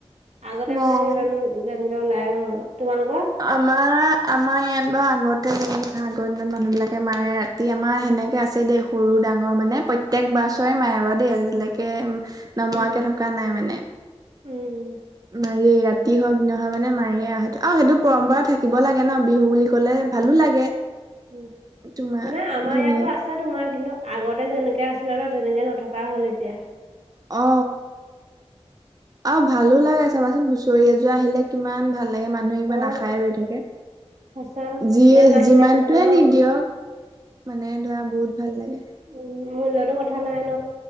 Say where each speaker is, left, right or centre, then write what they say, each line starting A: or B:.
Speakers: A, on the right; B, on the right.
A: আগতে
B: নাই
A: মানে যিমান।
B: নাই
A: যেনেকে ওলাই উম, তোমালোকৰ।
B: আমাৰ আমাৰ ইয়াত বাৰু আগতে বয় আগৰ দিনত মানুহ বিলাকে মাৰে ৰা। ৰাতি আমাৰ সেনেকৈ আছে দেই সৰু ডাঙৰ মানে প্ৰত্যেক বাছৰে মায় বা দেই আজিলৈকে। নমোৱাকে
A: উম
B: থকা নাই মানে।
A: উম
B: ম ৰাতি হওক দি নহ মানে মাৰ আহ আৰু সেইটো, পৰম্পৰা
A: উম
B: থাকিব লাগে ন বিহু বুলি কলে ভালো লাগে।
A: উম
B: তোমাৰ
A: মানে আমাৰ
B: ধুনীয়া
A: ইয়াতো আছে। আছে তোমাৰ কিন্তু আগতে যেনেকে আছিলে ন তেনেকে নথকা হ'ল এতিয়া।
B: অ, আৰু ভালো লাগে চাবাচোন। চৰি এজোৰা আহিলে কিমান ভাল লাগে মানুহে কিবা
A: অ
B: নাখাই ৰৈ থাকে।
A: সঁচা
B: যিয়ে
A: মানে নাহিলে
B: যিমানটোৱে
A: অ
B: নিদিয়ক মানে ধৰা বহুত ভাল লাগে।
A: উ মূল্যতো কথা নাই ন।